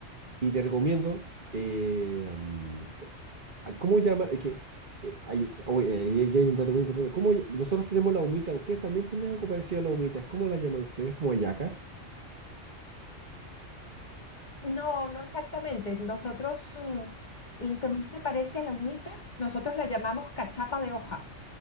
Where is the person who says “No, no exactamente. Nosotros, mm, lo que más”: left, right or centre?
Left